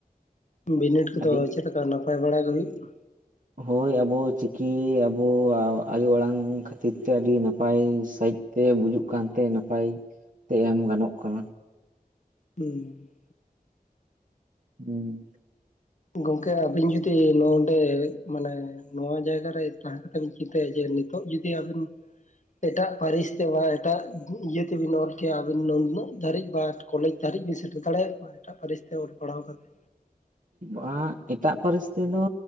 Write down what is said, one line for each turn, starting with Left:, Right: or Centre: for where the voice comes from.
Left: ᱵᱤᱱᱤᱰ ᱠᱚᱫᱚ
Right: ᱟᱹᱰᱤ
Left: ᱪᱮᱫ ᱞᱮᱠᱟ ᱱᱟᱯᱟᱭ ᱵᱟᱲᱟ ᱜᱮ ᱦᱩᱭᱩᱜ ᱠᱟᱱᱟ
Right: ᱦᱳᱭ ᱟᱵᱚ ᱪᱤᱠᱤ ᱟᱵᱚ ᱟᱭᱳ ᱟᱲᱟᱝ ᱠᱷᱟᱹᱛᱤᱨ ᱛᱮ ᱟᱹᱰᱤ ᱱᱟᱯᱟᱭ ᱥᱟᱺᱦᱤᱡ ᱛᱮ ᱵᱩᱡᱩᱜ ᱠᱟᱱ ᱛᱮ ᱱᱟᱯᱟᱭ ᱛᱮ ᱮᱢ ᱜᱟᱱᱚᱜ ᱠᱟᱱᱟ
Left: ᱦᱮᱸ
Right: ᱦᱩᱸ
Left: ᱜᱚᱝᱠᱮ ᱟᱵᱤᱱ ᱡᱩᱫᱤ ᱱᱚᱰᱮ ᱢᱟᱱᱮ ᱱᱚᱣᱟ ᱡᱟᱭᱜᱟ ᱨᱮ ᱛᱟᱦᱮᱸ ᱠᱟᱛᱮᱢ ᱪᱤᱱᱛᱟᱹᱭᱟ ᱡᱮ ᱱᱤᱛᱚᱜ ᱡᱩᱫᱤ ᱟᱹᱵᱤᱱ ᱮᱴᱟᱜ ᱯᱟᱹᱨᱤᱥ ᱛᱮ ᱵᱟ ᱮᱴᱟᱜ ᱤᱭᱟᱹ ᱛᱮᱵᱤᱱ ᱚᱞ ᱠᱮᱭᱟ ᱟᱹᱵᱤᱱ ᱱᱩᱱᱟᱹᱜ ᱫᱷᱟᱹᱨᱤᱡ ᱵᱟᱴ ᱠᱚᱞᱮᱡᱽ ᱫᱷᱟᱹᱨᱤᱡ ᱵᱮᱱ ᱥᱮᱴᱮᱨ ᱫᱟᱲᱮᱭᱟᱜ ᱠᱚᱭᱟ ᱮᱴᱟᱜ ᱯᱟᱹᱨᱤᱥ ᱛᱮ ᱚᱞ ᱯᱟᱲᱦᱟᱣ ᱠᱟ ᱠᱟᱛᱮ
Right: ᱵᱟᱝ ᱮᱴᱟᱜ ᱯᱟᱹᱨᱤᱥ ᱛᱮᱫᱚ